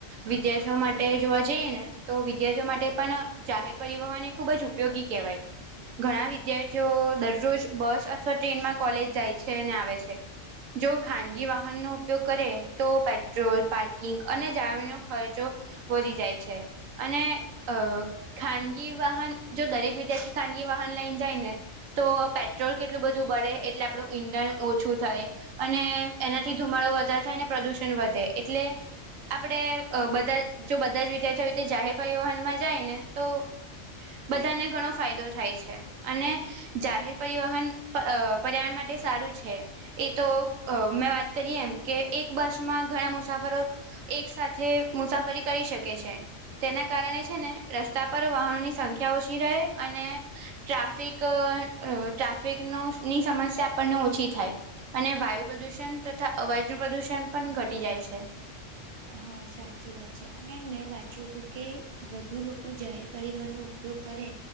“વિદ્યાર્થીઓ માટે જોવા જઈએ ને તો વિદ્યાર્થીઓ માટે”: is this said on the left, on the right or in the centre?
Right